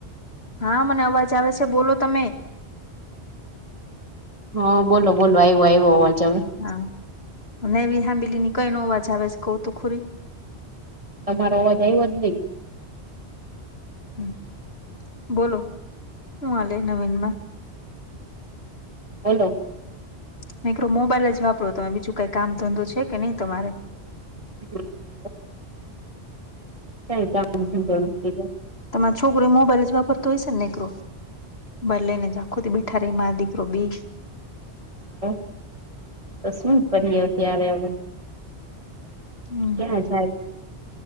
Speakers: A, on the left (about 65°); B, on the right (about 30°).
A: હા મને અવાજ આવે છે બોલો તમે.
B: હા બોલો બોલો આવ્યું આવ્યો અવાજ હવે.
A: હા અને એ વી સાબીલી ની કઈ નો અવાજ આવે છે કઉ તું ખોરી.
B: તમારો અવાજ આવ્યો જ નહીં.
A: હમ બોલો શું આલે નવીન માં.
B: બોલો.
A: કઈ ક્રો મોબાઈલ જ વાપરો તમે બીજું કઈ કામ ધંધો છે કે નહી તમારે.
B: <unintelligible> કાંઈ કામ ધંધો નથી <unintelligible>
A: તમારે છોકરો મોબાઈલ જ વાપરતો હોય છે ને નેકરો. બલે જ ને જ આખો દી બેઠા રે માર દીકરો બી
B: <unintelligible> તો શું કરીએ અત્યારે હવે.
A: હમ્મ.
B: હા જય